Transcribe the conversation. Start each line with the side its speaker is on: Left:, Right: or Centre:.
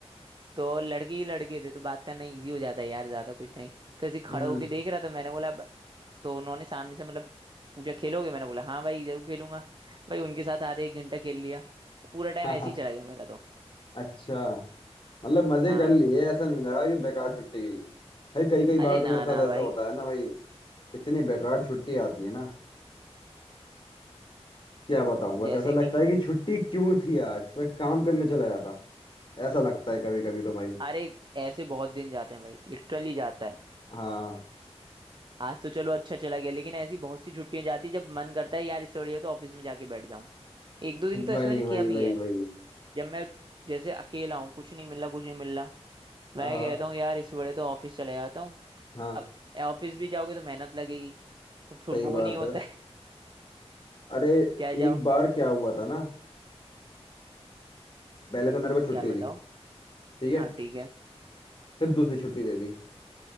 Right: तो लड़के ही लड़के थे तो बात करना इजी हो जाता है यार ज्यादा कुछ नहीं तो ऐसे ही खड़ा
Left: हम्म
Right: होके देख रहा था मैंने बोला तो उन्होंने सामने से मतलब पूछा खेलोगे मैंने बोला हाँ भाई जरूर खेलूंगा भाई उनके साथ आधे एक घंटा खेल लिया पूरा टाइम
Left: <laughs>
Right: ऐसे
Left: हाँ
Right: ही चला गया मेरा तो
Left: अच्छा मतलब मजे
Right: हाँ
Left: कर लिए ऐसा नहीं लगा कि बेकार छुट्टी गई भाई कई कई
Right: अरे
Left: बार
Right: ना
Left: तो मेरे साथ
Right: ना
Left: ऐसा
Right: भाई
Left: होता है ना भाई इतनी बेकार छुट्टी आती है ना क्या बताऊं बस
Right: जैसे
Left: ऐसा लगता
Right: कि
Left: है कि छुट्टी क्यों थी आज मैं काम करने चला जाता ऐसा लगता है कभी कभी तो भाई
Right: अरे ऐसे बहुत दिन जाते हैं भाई लिटरली जाता है
Left: हाँ
Right: आज तो चलो अच्छा चला गया लेकिन ऐसी बहुत सी छुट्टियां जाती है जब मन करता है यार इससे बढ़िया तो ऑफिस में जाके बैठ जाऊं एक दो दिन तो ऐसे
Left: वही
Right: मैंने
Left: वही
Right: किया भी
Left: वही
Right: है
Left: वही
Right: जब मैं जैसे अकेला हूँ कुछ नहीं मिल रहा कुछ नहीं मिल रहा मैं
Left: हाँ
Right: कहता हूँ यार इससे बढ़िया तो ऑफिस चले जाता हूँ
Left: हाँ
Right: अब ऑफिस भी जाओगे तो मेहनत लगेगी तो फिर
Left: सही
Right: वो
Left: बात
Right: नहीं होता
Left: है
Right: है
Left: अरे
Right: <laughs> क्या जाओ
Left: एक बार क्या हुआ था ना पहले तो मेरे को छुट्टी
Right: क्या बताओ
Left: दी ठीक है
Right: हाँ ठीक है
Left: फिर दूसरी छुट्टी दे दी